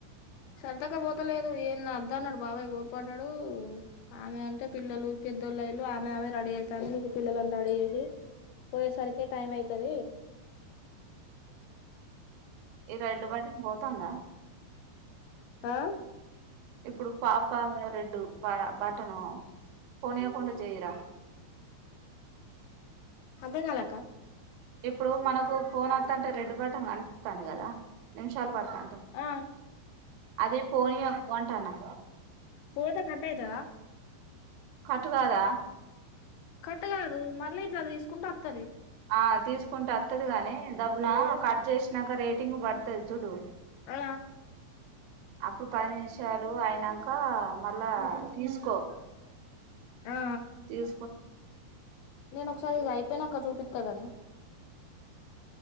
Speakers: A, on the left; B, on the right.
A: సరదాగా పోతలేదు ఏ అద్ద అన్నాడు బాబాయ్ గప్పన్నాడు ఆమె అంటే పిల్లలు ఇద్దరులు ఆమె ఆమె రెడీ అవుతా మీ పిల్ల అ రడీ చేసి పోయ సార్కే టైమ్ అయితే దీ
B: ఈ రెడ్ బటన్ బతుందా
A: ఆ
B: ఇప్పుడు పాప రెడ్డు బ బాట్టను పోనియా కొంట చేయరా
A: అర్థం కలేదు అక్క
B: ఇప్పుడు మనకు ఫోన్ వత్తంటే రెడ్ బటన్ కనిపితుంది కదా నిమిషాలు పడు ంట
A: ఆ
B: అదే పోనీ పోంటానా
A: పోతే కట్ అయేటదా
B: కటుకదా
A: కట్ట కాదు మళ్ళీ ఇట్లా అ తీసుకుంటూ అతది
B: ఆ తీసుకుంటే వస్తుది కాగాని దడబ్బున కట్ చేసినాక రేటింగ్ పడుతుది చూడు
A: ఆ
B: అప్పుడు పది నిమిషాలు అయినాంక మళ్ళా తీసుకో
A: ఆ
B: తీస్కోన్
A: నేను ఒకసారి ఇది అయిపోయినాంక చూపిత్తా గాని